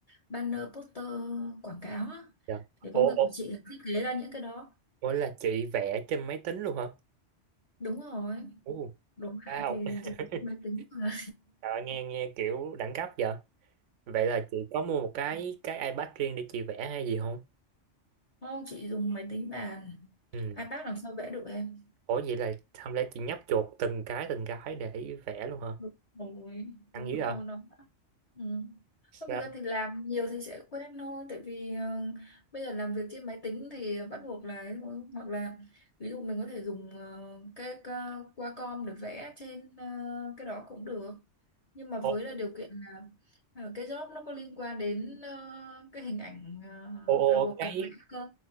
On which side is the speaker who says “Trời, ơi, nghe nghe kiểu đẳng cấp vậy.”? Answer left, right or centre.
Right